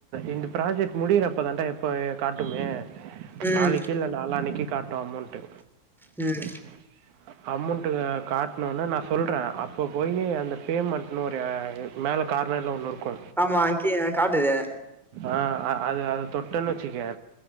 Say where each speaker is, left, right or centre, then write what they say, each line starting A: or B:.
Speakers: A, on the right; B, in the centre.
A: இந்த ப்ராஜெக்ட் முடிய்றப்ப தாண்டா எப்ப காடுமே
B: ம்
A: நாளக்கி இல்ல நாளானைக்கு காட்டு அமோண்ட்டு
B: ம்
A: உ <unintelligible> அம்மோண்ட்டு காட்ணவொனே நா சொல்ற அப்ப போயி அந்த பெமண்ட் ஒரு எ இத் மேல கார்னர்ல ஒன்னு இருக்கு
B: ஆமா அக்கிய காட்டுது
A: அ அ அது அது தொட்டன் வச்சிக்யே